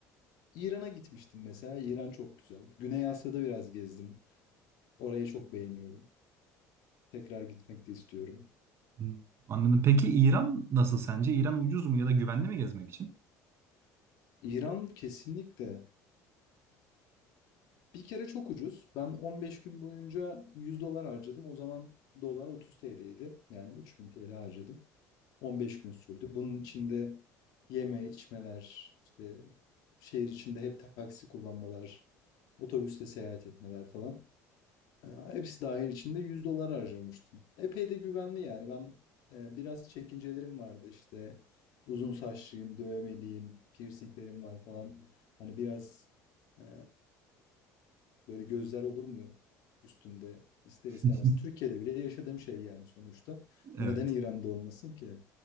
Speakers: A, on the left; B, on the right.
A: İran'a gitmiştim mesela. İran çok güzel. Güney Asya'da biraz gezdim. Orayı çok beğeniyorum. Tekrar gitmek de istiyorum.
B: Hmm, Anladım. Peki İran nasıl sence? İran ucuz mu ya da güvenli mi gezmek için?
A: İran kesinlikle. Bir kere çok ucuz. Ben 15 gün boyunca 100 dolar harcadım. O zaman dolar 30 TL'ydi. Yani 3000 TL harcadım. 15 gün sürdü. Bunun içinde yeme, içmeler, işte şehir içinde hep taksi kullanmalar, otobüsle seyahat etmeler falan. Ee, Hepsi dahil içinde 100 dolar harcamıştım. Epey de güvenli yani. Ben e, biraz çekincelerim vardı işte. Uzun saçlıyım, dövmeliyim, piercinglerim var falan. Hani biraz ee, Böyle gözler olur mu üstümde ister
B: <laughs>
A: istemez? Türkiye'de bile yaşadığım şey yani sonuçta.
B: Evet.
A: Neden İran'da olmasın ki?